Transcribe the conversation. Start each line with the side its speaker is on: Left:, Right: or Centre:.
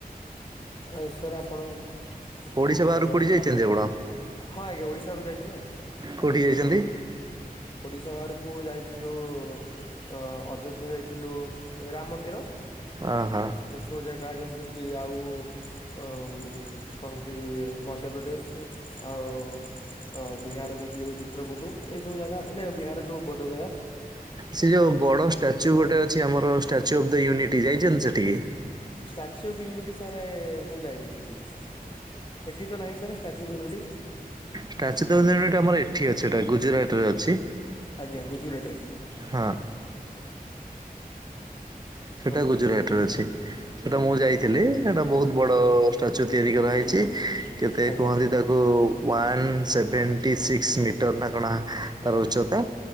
Left: ଆଉ ସାର୍ ଆପଣ ଓ
Right: ଓଡିଶା ବାହାରୁ କୋଉଠି ଯାଇଛନ୍ତି
Left: ଖା ହଁ
Right: ଆପଣ
Left: ଆଜ୍ଞା ଓଡିଶାରୁ ଯାଇଛିନା।
Right: କୋଉଠିକି ଯାଇଛନ୍ତି?
Left: ଓଡିଶା ବାହାରକୁ ଯାଇଥିଲୁ ଅ ଅଯୋଧ୍ୟା ଯାଇ ଥିଲୁ ଏ ରାମ ମନ୍ଦିର
Right: ଓହୋ।
Left: ଏସବୁ ଜାଗା ଯେମିତି କିି ଆଉ ହ କୁହନ୍ତି ମଧ୍ୟପ୍ରଦେଶ ଆଉ ଅ ବିହାର ଯାଇଥିଲୁ ଚିତ୍ରକୂଟ ଏଇ ସବୁ ଜାଗା ନା ବିହାର ଯୋଉ ବଦଗୟା।
Right: ସେ ଯୋଉ ବଡ ଷ୍ଟାଚ୍ୟୁ ଗୋଟେ ଅଛି ଆମର ଷ୍ଟାଚ୍ୟୁ ଅଫ ଦ ୟୁନିଟି ଯାଇଛନ୍ତି ସେଠିକି?
Left: ଷ୍ଟାଚ୍ୟୁ ଅଫ୍ ୟୁନିଟି ସାର ମୁଁ ଯାଇନି ସେଠିକି। ଏଠି ତ ନାହିଁ sir statue of unity.
Right: Statue of unity ଆମର ଏଠି ଅଛି ସେଟା ଗୁଜୁରାଟ ରେ ଅଛି।
Left: ଆଜ୍ଞା ଗୁଜୁରାଟ ରେ।
Right: ହଁ। ସେଟା
Left: ଆଜ୍ଞା
Right: ଗୁଜୁରାଟରେ ଅଛି। ସେଟା ମୁଁ ଯାଇଥିଲି ସେଟା ବହୁତ ବଡ ଷ୍ଟାଚୁ ତିଆରି କରାହେଇଛି
Left: ହୁଁ
Right: କେତେ
Left: ଆଜ୍ଞା
Right: କୁହନ୍ତି ତାକୁ ୱାନ ସେଭେଣ୍ଟି ସିକ୍ସ ମିଟର ନା କଣ ଆ ତାର ଉଚତା।